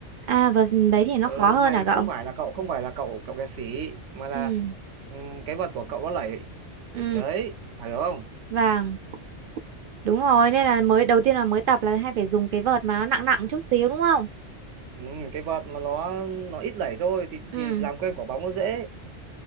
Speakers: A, on the right (about 60°); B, on the right (about 80°).
A: À và đấy thì nó
B: Ờ,
A: khó hơn
B: mày
A: hả cậu?
B: không phải là cậu không phải là cậu cậu kẹt xỉ mà là
A: Ừ.
B: ừm, cái vợt của cậu nó lẩy
A: Ừ.
B: đấy thảo hiểu không
A: Vâng. Đúng rồi. Nên là mới đầu tiên là mới tập là hay phải dùng cái vợt mà nó nặng nặng chút xíu đúng không?
B: Ừm, cái vợt mà nó nó ít lẩy thôi thì
A: Ừ.
B: thì làm quen quả bóng nó dễ